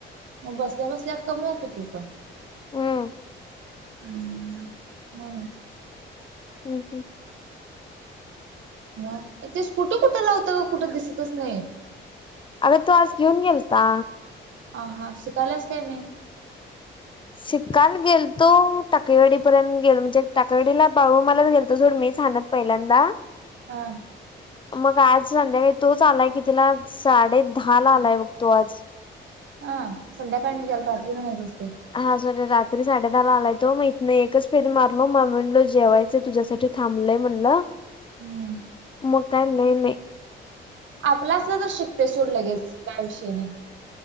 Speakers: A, on the right; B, on the left.
A: मग बसल्या बसल्या कमीव की तू पण.
B: हम.
A: हम्म, बर.
B: हम्. हम.
A: ह ते स्कुटी कुठे लावता ओ कुठं दिसतच नाही?
B: अग तो आज घेऊन गेलता.
A: हा. हा शिकाल्यास काय नाही?
B: शिक काल गेल तो टाकळेवाडीपर्यंत गेलो म्हणजे, टाकळेवाडीला बाळू मामालाच गेलतो सोड मी. हाणत पहिल्यांदा
A: हा.
B: मग आज संध्याकाळी तोच आलाय कितीला साडे दहाला आलाय बघ मग तो आज
A: ह संध्याकाळी नाही. त्याला रात्री म्हणायचं असते
B: हा साॅरी रात तरी साडे दहाला आलाय तो, मग इथन एकच फेरी मारलो, मग म्हणलो जेवायच तुझ्यासाठी थांबलंय म्हणलं
A: हम्म
B: मग काय लै नई
A: आपला असला तर शिकतय सोड लगेच काय विषय नाही.